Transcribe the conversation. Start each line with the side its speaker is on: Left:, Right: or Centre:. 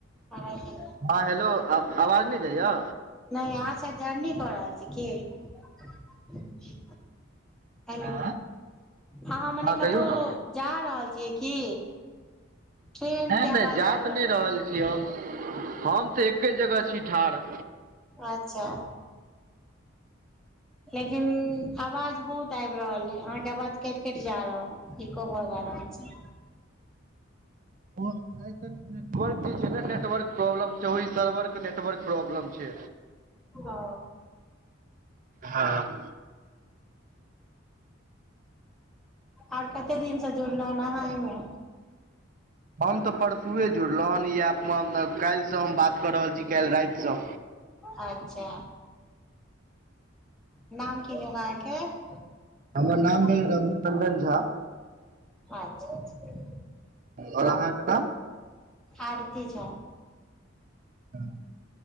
Centre: अवाजे
Right: हां हेलो अ अवाज नै जायया।
Centre: नै अहाँ शायद जर्नी क रहल छी कि। हेलो
Right: हँ
Centre: हां मने कतो
Right: कहियौ ने
Centre: जा रहल छियै की। ट्रेन
Right: नै-नै
Centre: के आवाज
Right: जा
Centre: आबि
Right: त नै
Centre: अइ
Right: रहल छी हम, हम तऽ एके जगह छी ठाड़।
Centre: अच्छा। लेकिन अवाज बहुत आएब रहल अय, अहाँ के अवाज कैट-कैट जा रहल। ई कहब अराम से।
Right: हां एयरटेल के नेटवर्क जे छै ने नेटवर्क प्रॉब्लम छै, ओय सर्वर के नेटवर्क प्रॉब्लम छै।
Centre: ओ।
Right: हां।
Centre: आर कते दिन से जुड़लौन अहाँ अय मे।
Right: हम तऽ परसुये जुड़लौ हन इ ऐप मे, हम ते काएल से हम बात कऽ रहल छी, काएल राएत सँ।
Centre: अच्छा, नाम की भेल अहाँ के।
Right: हमर नाम भेल रघुनन्दन झा।
Centre: आच्छा-आच्छा।
Right: और अहाँ के नाम।
Centre: आरती झा।
Right: आ।